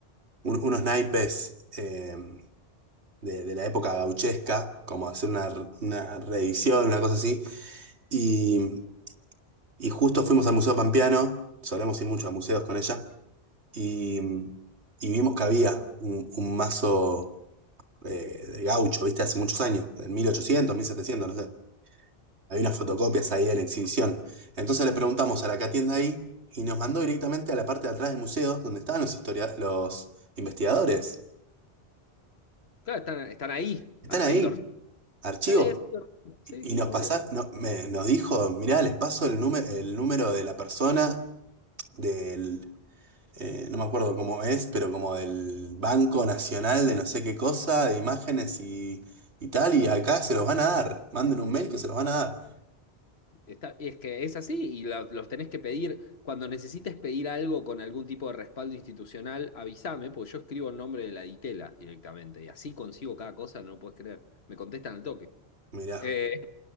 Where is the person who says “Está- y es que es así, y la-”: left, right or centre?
Left